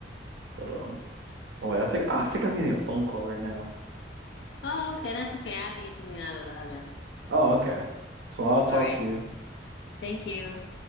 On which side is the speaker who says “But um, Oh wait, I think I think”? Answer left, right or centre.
Right